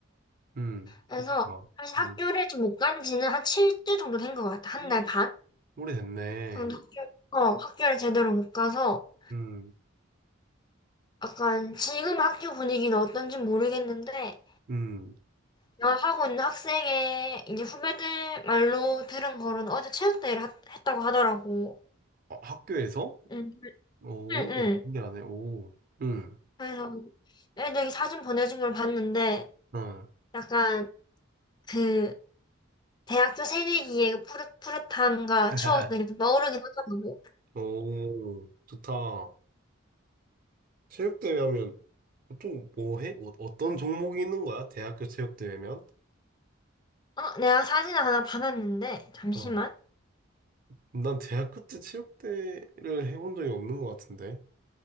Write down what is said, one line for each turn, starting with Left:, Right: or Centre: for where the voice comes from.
Right: 음,
Left: 그래서
Right: 그렇구나.
Left: 사실
Right: 음,
Left: 학교를 좀 못 간 지는 한 7주 정도 된 것 같아.
Right: <gasps>
Left: 한 달 반
Right: 오래됐네.
Left: 정도 학교, 어, 학교를 제대로 못 가서
Right: 음,
Left: 약간 지금 학교 분위기는 어떤지 모르겠는데
Right: 음,
Left: 내가 하고 있는 학생의 이제 후배들 말로 들은 거는 어제 체육대회를 하- 했다고 하더라고.
Right: 어, 학교에서?
Left: 응,
Right: 오,
Left: 응, 응.
Right: 신기하네. 오, 음,
Left: 그래서 애들이 사진 보내준 걸 봤는데
Right: 응,
Left: 약간 그 대학교 새내기의 그 푸릇, 푸릇함과
Right: <laughs>
Left: 추억들이 좀 떠오르긴 하더라고.
Right: 오, 좋다. 체육대회 하면 보통 뭐 해? 어, 어떤 종목이 있는 거야? 대학교 체육대회면?
Left: 어, 내가 사진을 하나 받았는데 잠시만.
Right: 어. 난 대학교 때 체육대회를 해본 적이 없는 것 같은데.